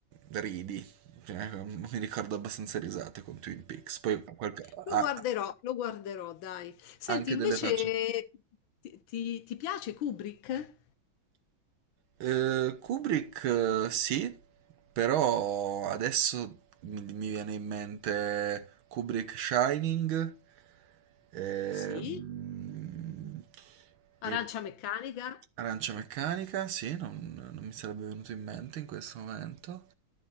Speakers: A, on the right; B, on the left.
A: ridi. Cioè, mi ricordo abbastanza risate con Twin Peaks. Poi qualche...
B: Lo
A: ah,
B: guarderò, lo guarderò, dai. Senti,
A: anche
B: invece
A: delle facce.
B: ti, ti- ti piace Kubrick?
A: Eh, Kubrick eh, sì, però adesso mi, mi viene in mente Kubrick Shining ehm,
B: Sì.
A: e
B: Arancia meccanica?
A: Arancia Meccanica, sì, non, non mi sarebbe venuto in mente in questo momento.